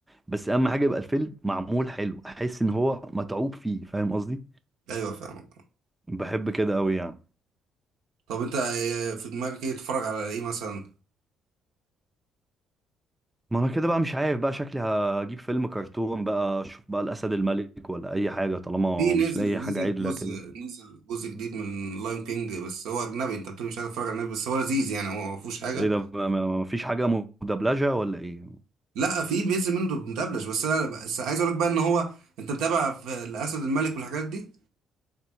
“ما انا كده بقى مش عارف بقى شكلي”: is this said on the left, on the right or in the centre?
Centre